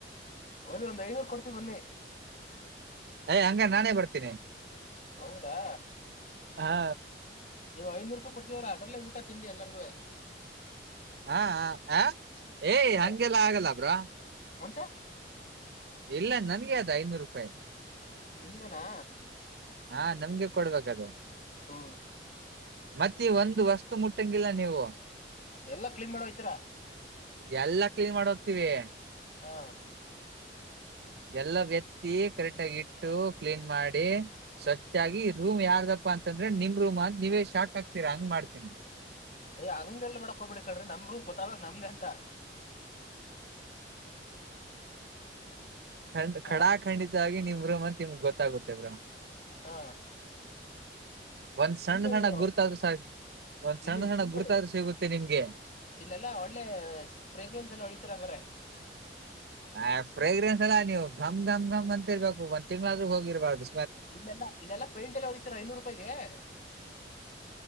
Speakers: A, on the left; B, on the right.
A: ಹೌದ ಒಂದು ಐದ ನೂರು ಕೊಡ್ತೀವಿ ಬನ್ನಿ
B: ಯ ಹಂಗ ನಾನೇ ಬರ್ತೀನಿ
A: ಹೌದಾ
B: ಹಾ
A: ನೀವು ಐನೂರು ರೂಪಾಯಿ ಕೊಡ್ತೀವರ ಅದ್ರಲ್ಲೇ ಊಟ ತಿಂಡಿ ಎಲ್ಲರಿಗುವೆ
B: ಹಾ ಹ ಏಯ
A: ಹ್ಮ
B: ಹಗೆಲ್ಲ ಆಗಿಲ್ಲ ಬ್ರೋ
A: ಮತ್ತೆ
B: ಇಲ್ಲ ನನ್ಗೆ ಅದು ಐನೂರು ರೂಪಾಯಿ
A: ನಿಮ್ದೇನಾ
B: ಹಾ ನಮ್ಗೆ ಕೊಡ್ಬೇಕದು
A: ಹೂ
B: ಮತ್ತೆ ಒಂದು ವಸ್ತು ಮುಟ್ಟಂಗಿಲ್ಲ ನೀವು
A: ಎಲ್ಲಾ ಕ್ಲೀನ್ ಮಾಡ ಹೋಯ್ತೀರಾ
B: ಎಲ್ಲಾ ಕ್ಲೀನ್ ಮಾಡಿ ಹೋಗ್ತೀವಿ
A: ಹಾ
B: ಎಲ್ಲಾ ವೆಂತಿ ಕರೆಕ್ಟ್ ಆಗ ಇಟ್ಟ ಕ್ಲೀನ್ ಮಾಡಿ ಸ್ವಚವಾಗಿ ರೂಮ್ ಯಾರ್ದಪ್ಪ ಅ ಅಂದ್ರೆ ನಿಮ ರೂಮ ನೀವೇ ಶಾಕ್ ಆಗ್ತೀರಾ ಹಂಗ್ ಮಾಡ್ತೀನಿ
A: ಯ್ ಹಂಗ ಎಲ್ಲ ಮಾಡ್ಕೊಬಿಡ್ ಕಣ್ರಿ ನಮ್ರೂ ಗೊತ್ತಾಗಕ್ ನಮ್ದೇ ಅಂತ
B: ಖಂಡ್
A: ಹಾ
B: ಖಡಾ ಖಂಡಿತ ಇದಾಗಿ ನಿಮ್ಮ್ ಮಂತತ್ ನಿಮ್ಗ್ ಗೊತ್ತಾಗುತ್ತೆ ಬ್ರೋ
A: ಹಾ
B: ಒಂದ್
A: ಫುಲ್ಲು
B: ಸಣ್ಣ ಸಣ್ಣ
A: ಇದು
B: ಗುರ್ತಾದ್ರೂ ಸಾಕ್ ಒಂದ್
A: ಇಲ್ಲಿ
B: ಸಣ್ಣ ಸಣ್ಣ
A: ಫುಡ್
B: ಗುರ್ತಾದ್ರೂ ಸಿಗುತ್ತೆ ನಿಮ್ಗೆ
A: ಇಲ್ಲೆಲ್ಲಾ ಒಳ್ಳೆ ಫ್ರಗ್ರೆನ್ಸ್ ಎಲ್ಲ ಹೊಳತಿರ ಹಂಗ್ರ
B: ಆ ಫ್ರೇಗ್ರೆನ್ಸ್ ಅಲ್ಲಾ ನೀವು ಘ್ ಮ್ ಮ್ ಅಂತಿರ್ಬೇಕು ಒಂದ್ ತಿಂಗಳಾದ್ರೂ ಹೋಗಿರಬಾರ್ದು
A: ಇಲ್ಲೆಲ್ಲಾ ಇಲ್ಲೆಲ್ಲ ಪೇಂಟ್ ಎಲ್ಲ ಹೊಡಿತೀರ ಐನೂರು ರೂಪಾಯಗೆ ಹೂ